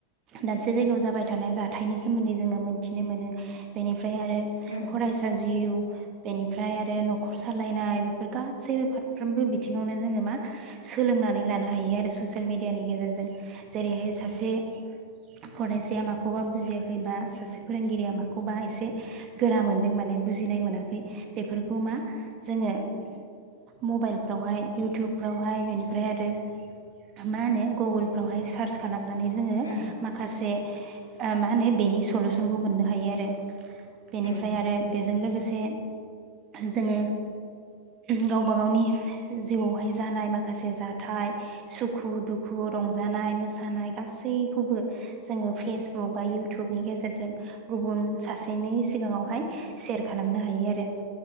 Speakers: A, on the right; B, on the left.
A: दाबसे जायगायाव जाबाय थानाय जाथायनि सोमोन्दै जोङो मोनथिनो मोनो बिनि ओमफ्राय आरो
B: उम
A: फरायसा जिउ बेनिफ्राय आरो न'खर सालायनाय बेफोर गासै फारफ्रामबो बि बिथिङावनो जोङो मा सोलोंनानै लानो हायो आरो ससियेल मेडियानि गेजेरजों। जेरैहाय सासे फरायसाया माखौबा बुजियाखै बा सासे फोरोंगिरिया माखौबा एसे गोरा मोनदों माने बुजिनाय मोनाखै बेफोरखौ मा जोङो मबाइल फ्रावहाय इउटुबफ्रावहाय बेनिफ्राय आरो मा होनो गुगोलफ्रावहाय सार्च खालामनानै जोङो
B: उम
A: माखासे आ मा होनो बेनि सलुसनखौ मोननो हायो आरो। बेनिफ्राय
B: उम
A: आरो बेजों लोगो से जोङो गावबा गावनि जिउआवहाय जानाय माखासे जाथाय सुखु-दुखु रंजानाय मोसानाय गासैखौबो जोङो फेसबुक बा इउटुबनि गेजेरजों गुबुन सासेनि सिगाङावहाय सेयार खालामनो हायो आरो